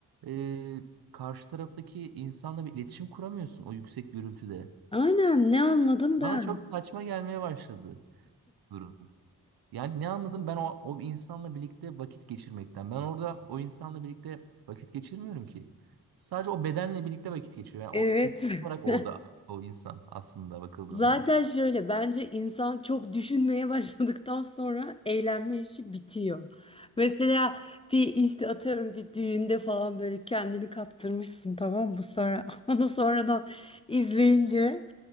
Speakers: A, on the right (about 80°); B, on the left (about 15°).
A: e, karşı taraftaki insanla bir iletişim kuramıyorsun o yüksek gürültüde.
B: Aynen ne anladım
A: Bana
B: ben?
A: çok saçma gelmeye başladı durum. Yani ne anladım ben o, o insanla birlikte vakit geçirmekten. Ben orada o insanla birlikte vakit geçirmiyorum ki. Sadece o bedenle birlikte vakit geçiyor. Yani
B: Evet.
A: o fiziksel
B: <laughs>
A: olarak orada o insan aslında bakıldığında.
B: Zaten şöyle bence insan çok düşünmeye <laughs> başladıktan sonra eğlenme işi bitiyor. Mesela bir işte atıyorum bir düğünde falan böyle kendini kaptırmışsın tamam mı? Sonra <laughs> onu sonradan izleyince